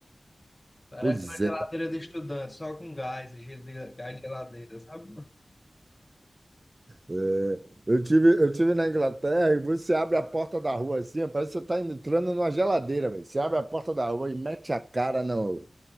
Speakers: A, on the left; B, on the right.
A: Parece
B: pois
A: uma geladeira
B: é.
A: de estudante, só com gás, e gelo de, gás de geladeira, sabe?
B: É, eu tive, eu tive na Inglaterra e você abre a porta da rua assim, parece que você está entrando numa geladeira, velho. Você abre a porta da rua e mete a cara no,